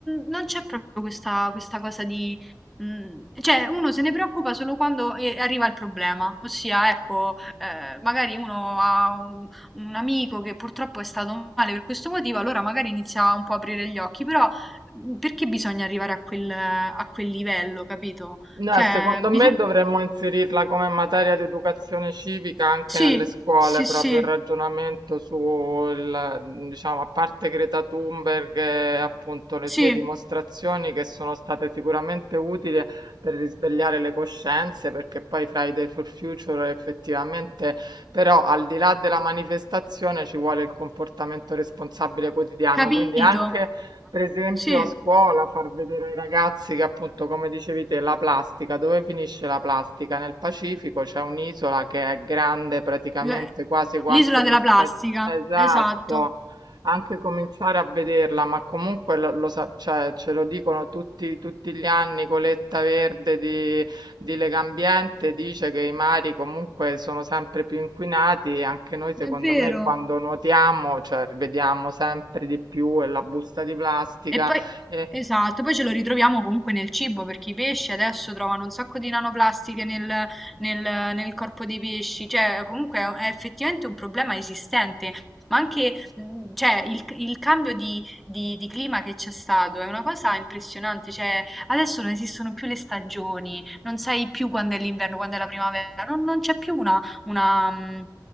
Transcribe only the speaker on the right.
No,
secondo
me dovremmo inserirla come materia di educazione civica anche
nelle scuole,
proprio
il ragionamento sul, diciamo, a parte Greta Thunberg e appunto le
sue dimostrazioni che sono state sicuramente utili per risvegliare le coscienze, perché poi Friday for Future effettivamente, però al di là della manifestazione ci vuole il comportamento responsabile quotidiano,
quindi anche per esempio
a scuola far vedere ai ragazzi che appunto, come dicevi te, la plastica, dove finisce la plastica? Nel Pacifico c'è un'isola che è grande praticamente
quasi quanto
gli
Stati...
Esatto,
anche cominciare a vederla, ma comunque lo, lo sa- cioè, ce lo dicono tutti, tutti gli anni, coletta verde di di Legambiente dice che i mari comunque sono sempre più inquinati e anche noi secondo
me quando nuotiamo, cioè vediamo sempre di più e la busta di plastica
e eh.